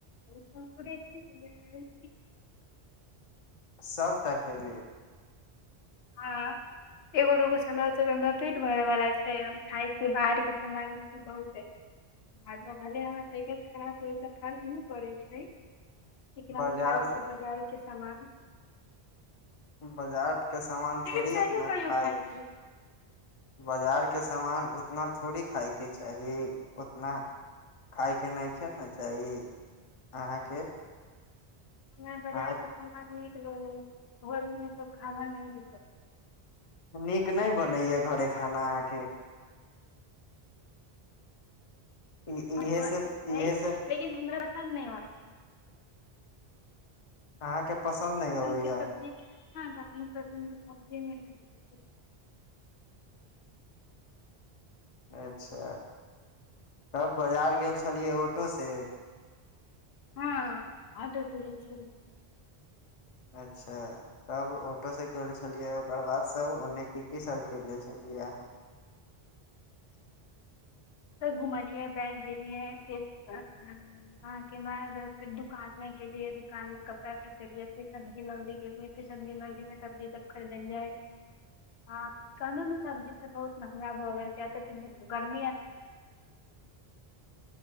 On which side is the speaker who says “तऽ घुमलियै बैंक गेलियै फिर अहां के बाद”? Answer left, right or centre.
Left